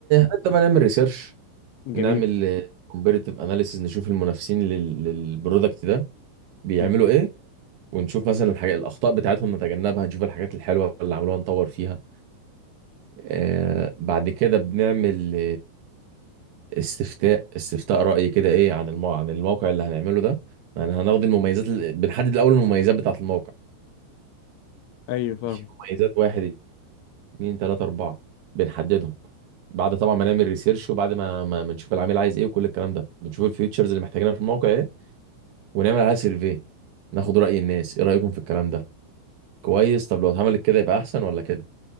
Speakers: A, on the right; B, on the left.
A: حتى ما نعمل ريسيرش
B: جميل
A: نعمل كومبيريتيف اناليسيز نشوف المنافسين لل... للبرودكت ده بيعملوا
B: م.
A: ايه ونشوف مثلا الحاجات الاخطاء بتاعتهم نتجنبها نشوف الحاجات الحلوه اللي عملوها نطور فيها آه بعد كده بنعمل استفتاء استفتاء رأي كده ايه عن المو... عن الموقع اللي هنعمله ده يعني هناخد المميزات ال... بنحدد الأول المميزات بتاعة الموقع
B: ايوه فاهم
A: في مميزات واحد اتنين تلاتة أربعة بنحددهم بعد طبعا ما نعمل ريسيرش وبعد ما ما ما نشوف العميل عايز ايه وكل الكلام ده بنشوف الفيوتشرز اللي محتاجينها في الموقع ايه ونعمل عليها سيرفي ناخد رأي الناس ايه رأيكم في الكلام ده كويس طب لو اتعملت كده يبقى احسن ولا كده